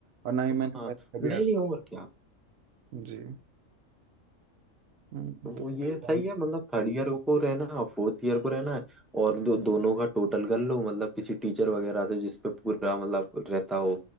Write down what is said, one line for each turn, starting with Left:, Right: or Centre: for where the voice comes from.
Right: और ना ही
Centre: हाँ
Right: मैंने पहले कभी
Centre: नहीं
Right: अट-
Centre: नहीं और क्या
Right: जी हम्म,
Centre: वो
Right: तो
Centre: ये
Right: मेहरबानी
Centre: सही है मतलब थर्ड ईयर को रहना फोर्थ ईयर को रहना है और दो, दोनों का टोटल कर लो मतलब किसी टीचर वगैरह से जिस पे पूरा मतलब रहता हो